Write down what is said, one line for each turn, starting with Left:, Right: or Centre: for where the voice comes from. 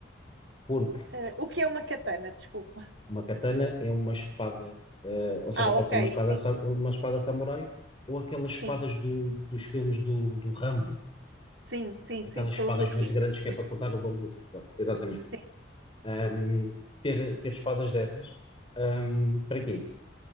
Left: porque
Right: Eh, o que é uma katana? Desculpa.
Left: Uma katana é uma espada, eh, ou seja,
Right: Ah,
Left: pode
Right: ok,
Left: ser uma espada,
Right: sim,
Left: sa- uma espada samurai ou aquelas espadas
Right: sim,
Left: do- dos filmes do, do Rambo,
Right: sim, sim, sim,
Left: aquelas
Right: estou
Left: espadas
Right: a ver o
Left: muito
Right: que é.
Left: grandes que
Right: Sim,
Left: é para cortar o bambu. Pronto, exatamente.
Right: sim.
Left: Ahm, ter, ter espadas dessas, ahm, para quê?